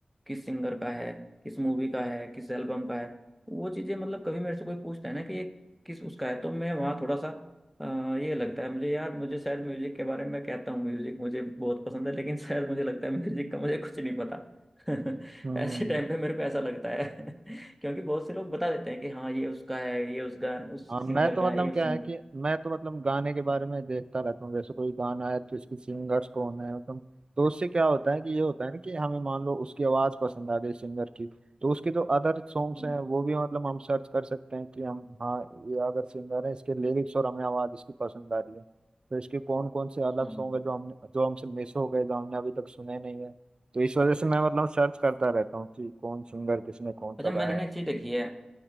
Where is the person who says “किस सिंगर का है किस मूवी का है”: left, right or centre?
Centre